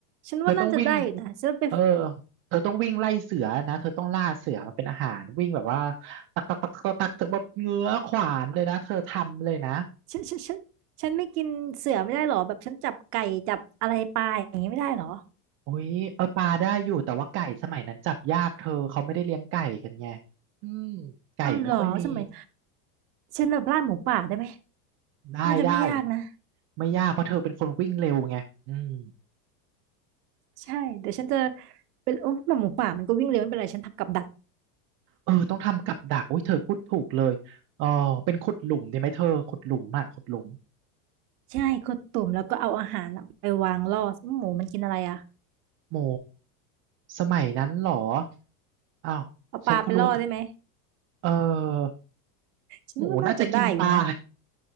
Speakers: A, on the right; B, on the right.
A: ฉันว่าน่าจะได้อยู่นะฉันไป
B: เธอต้องวิ่งเออเธอต้องวิ่งไล่เสือนะเธอต้องล่าเสือมาเป็นอาหารวิ่งแบบว่าตักตักตักตักตักเธอแบบเงื้อขวานเลยนะเธอทำเลยนะ
A: ฉันฉันฉันฉันไม่กินเสือไม่ได้เหรอแบบฉันจับไก่จับอะไรปลาอย่างนี้ไม่ได้เหรอ
B: โอ้ยเออปลาได้อยู่แต่ว่าไก่สมัยนั้นจับยากเธอเขาไม่ได้เลี้ยงไก่กันไงอืมไก่ไม่ค่อยมี
A: อ้าวเหรอสมัย ฉันแบบล่าหมูป่าได้ไหม
B: ได้ได้
A: น่าจะไม่ยากนะ
B: ไม่ยากเพราะเธอเป็นคนวิ่งเร็วไงอืม
A: ใช่เดี๋ยวฉันจะเป็นโอ้แบบหมูป่ามันก็วิ่งเร็วไม่เป็นไรฉันทำกับดัก
B: เออต้องทำกับดักอุ้ยเธอพูดถูกเลยเออเป็นขุดหลุมดีไหมเธอขุดหลุมอ่ะขุดหลุม
A: ใช่กดตุ่มแล้วก็เอาอาหารน่ะไปวางล่อหมูมันกินอะไรอ่ะ
B: โหมสมัยนั้นเหรออ้าวฉันก็รู้แต่
A: เอาปลาไปล่อได้ไหม
B: เออ
A: ฉันว่าน่าจะได้อยู่นะ
B: หมูน่าจะกินปลา